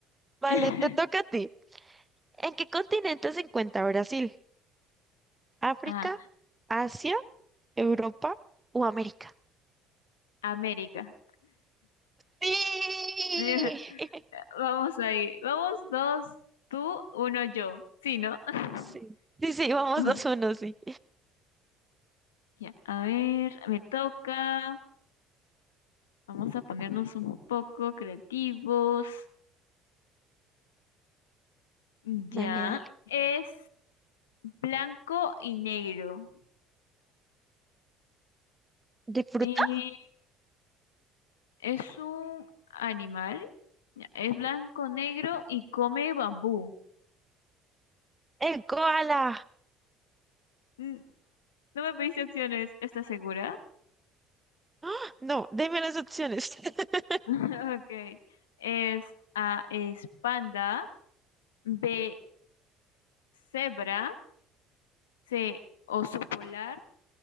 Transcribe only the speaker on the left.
<laughs>
Ah,
América.
<laughs> Vamos ahí, vamos dos, tú, uno, yo. Sí, ¿no? <laughs>
Ajá.
Ya, a ver, me toca. Vamos a ponernos un poco creativos. Ya,
es. Blanco y negro.
Eh, es un animal. Ya, Es blanco, negro y come bambú.
Mm, No me pediste opciones, ¿estás segura?
<laughs> Ok. Es A, es panda. B, cebra. C, oso polar.